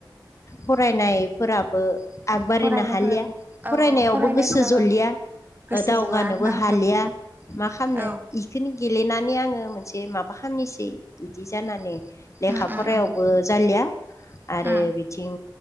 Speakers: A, on the left; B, on the right.
A: फरायनायफोराबो आगबारिनो
B: फरायनायफोराबो
A: हालिया फरायनायावबो
B: औ औ फरायनायफोराबो
A: गोसो जलिया
B: गोसो
A: दावगानोबो
B: ज'आ नांथायो
A: हालिया मा खालामनो
B: औ
A: बेखौनो गेलेनानै आङो मोनसे माबा खालामनोसै बिदि जानानै लेखा
B: उम
A: फरायाव
B: उम उम
A: बो जालिया आरो
B: उम
A: बिथिं